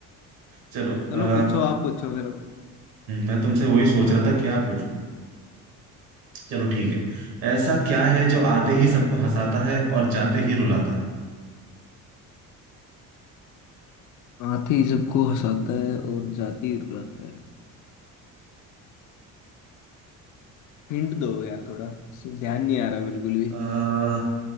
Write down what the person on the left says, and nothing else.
चलो
पूछो आप पूछो फिर अब।
हाथी सबको हंसाता है और जाति रुलाता है हिंट दो यार थोड़ा ध्यान नहीं आ रहा बिल्कुल भी